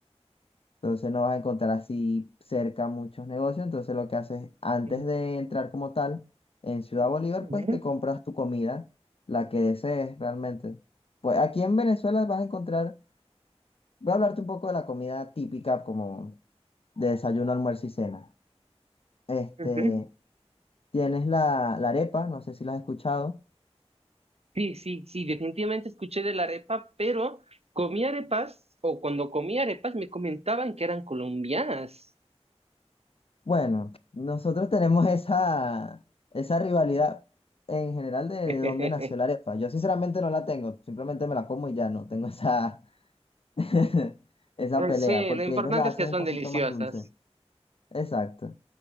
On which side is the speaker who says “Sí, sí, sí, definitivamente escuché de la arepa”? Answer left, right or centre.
Right